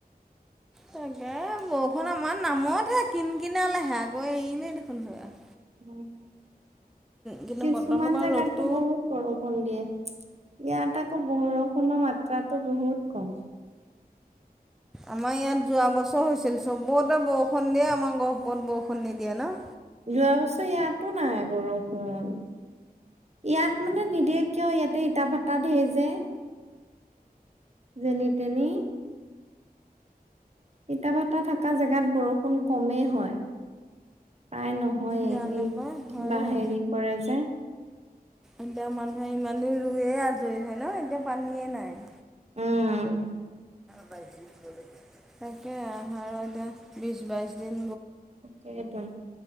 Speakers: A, in the centre; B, on the right (about 45°).
A: তাকেই বৰষুণ আমাৰ নামতহে, কিন কিনালেহে আকৌ এৰিলেই দেখোন সৌৱা।
B: অহ।
A: কিন্তু
B: কিছুমান
A: বতৰটো বাৰু
B: জোগাতটো
A: ৰ'দটো
B: বহুত বৰষুণ দিয়ে। ইয়াত আকৌ বৰষুণৰ মাত্ৰাটো বহুত কম।
A: আমাৰ ইয়াত যোৱা বছৰ হৈছিল, চবতে বৰষুণ দিয়ে আমাৰ গহপত বৰষুণ নিদিয়ে ন।
B: যোৱা বছৰ ইয়াতো নাই বৰষুণ। ইয়াত মানে নিদিয়ে কিয়, ইয়াতে ইটা ভাটা ঢেৰ যে। যেনি তেনি। ইতাভাটা থকা জেগাত বৰষুণ কমেই হয়। প্ৰায় নহয়েই,
A: জানো
B: এই
A: পাই হয়
B: কিবা
A: আৰু
B: হেৰি কৰে যে।
A: এতিয়া মানুহে ইমান দিন ৰুইয়েই আছে হয় ন, এতিয়া পানীয়ে নাই।
B: উম।
A: তাকেহে আৰু এতিয়া বিছ বাইছ দিন।
B: সেইটোৱেই।